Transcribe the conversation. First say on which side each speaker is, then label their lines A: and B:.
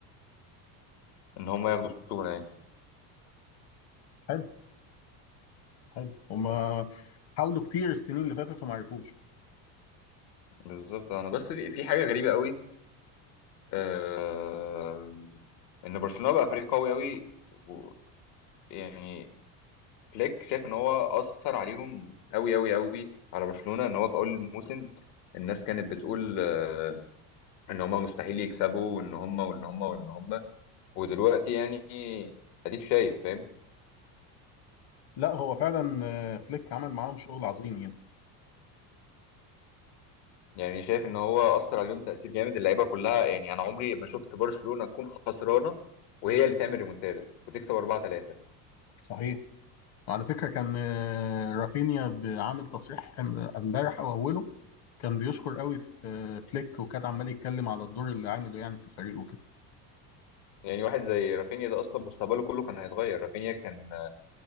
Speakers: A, on the left; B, on the left.
A: ان هم ياخدوا الشغل يعني
B: حلو. حلو هما حاولوا كتير السنين اللي فاتت وما عرفوش
A: بالظبط انا بس في في حاجه غريبه قوي آه ان برشلونه بقى فريق قوي قوي و- يعني فليك شايف ان هو اثر عليهم قوي قوي قوي على برشلونه ان هو في اول الموسم الناس كانت بتقول آه ان هم مستحيل يكسبوا وان هم وان هم وان هم ودلوقتي يعني اديك شايف فاهم
B: لا هو فعلا آه، فليك عمل معاهم شغل عظيم يعني
A: يعني شايف ان هو اثر عليهم تاثير جامد اللعيبه كلها يعني انا عمري ما شفت برشلونه تكون خسرانه وهي اللي تعمل ريمونتادا وتكسب 4-3
B: صحيح وعلى فكرة كان آه، رافينيا ب- عامل تصريح امبارح او اوله كان بيشكر قوي في آه، فليك وكان عمال يتكلم على الدور اللي عامله يعني في الفريق وكده
A: يعني واحد زي رافينيا ده اصلا مستقبله كله كان هيتغير رافينيا كان